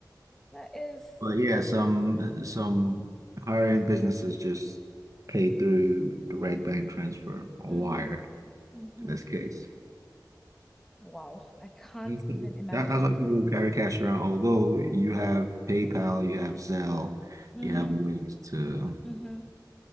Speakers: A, in the centre; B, on the right (about 50°).
A: That is-
B: But yeah, some some higher end businesses just pay through direct bank transfer or
A: Mhm.
B: wire
A: hmm
B: in this case.
A: Wow, I can't
B: Mhm.
A: even imagine.
B: That, that's why people carry cash around. Although you have PayPal, you have Zelle,
A: hmm
B: you have ways to
A: hmm